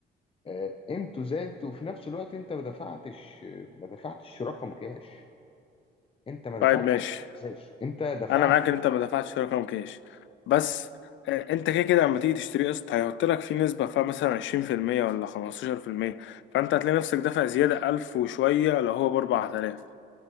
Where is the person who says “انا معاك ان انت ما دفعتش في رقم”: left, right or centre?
Left